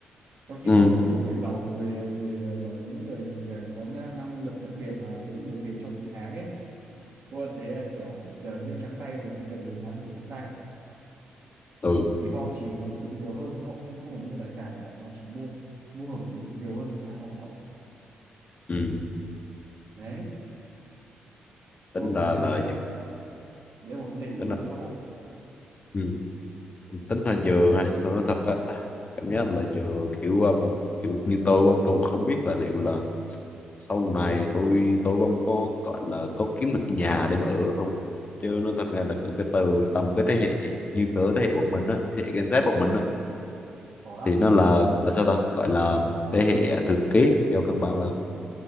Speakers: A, on the right (about 60°); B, on the left (about 40°).
A: trong khi
B: ừ
A: có rất nhiều người giàu người người gọi là những người kìa có năng năng lực đặc biệt và kiếm được nhiều tiền trong một tháng ấy tôi lại thấy là kiểu người chờ dễ trắng tay và khi gần cuối tháng được trắng tay
B: ừ
A: bởi vì họ chỉ hưởng thụ nhiều hơn chứ họ không không phải mua tài sản mà họ chỉ mua mua hưởng thụ nhiều hơn cái họ có
B: ừ
A: đấy tôi
B: tính
A: cũng
B: là
A: thấy
B: là
A: ờ, đấy là một vấn đề định
B: tính
A: hướng
B: là
A: xã hội
B: ừ. tính là dừa ha tôi nói thật á cảm giác là dừa kiểu um, kiểu như tôi không tôi không biết là liệu là sau này tôi tôi không có gọi là có kiếm được nhà để mà ở không chứ nó thật ra là cái cái từ tầm cái thế hệ như cỡ thế hệ bọn mình á thế hệ Gen Z bọn mình á
A: có lắm
B: thì nó là là sao ta gọi là thế hệ à, thừa kế do căn bản là